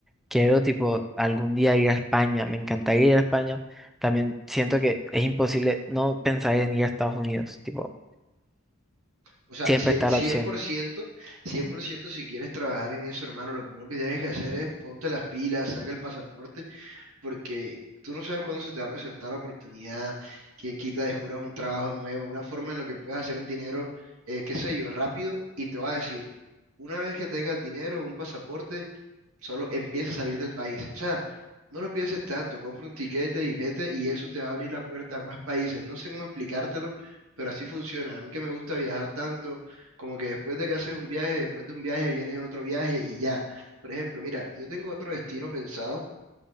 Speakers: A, in the centre; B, on the right.
A: Quiero, tipo, algún día ir a España. Me encantaría ir a España. También siento que es imposible no pensar en ir a Estados Unidos. Tipo,
B: O sea,
A: siempre
B: cie-
A: está
B: cien
A: la opción.
B: por ciento cien por ciento si quieres trabajar en eso, hermano, lo primero que tienes que hacer es ponte las pilas, saca el pasaporte porque tú no sabes cuándo se te va a presentar la oportunidad, que quita descubras un trabajo nuevo, una forma en la que puedas hacer dinero, eh, qué sé yo, rápido, y te va a decir, una vez que tengas dinero, un pasaporte, solo empieza a salir del país. O sea, no lo pienses tanto, compra un tiquete y vete, y eso te va a abrir la puerta a más países. No sé cómo explicártelo, pero así funciona. A mí que me gusta viajar tanto, como que después de que haces un viaje, después de un viaje viene otro viaje y ya. Por ejemplo, mira, yo tengo otro destino pensado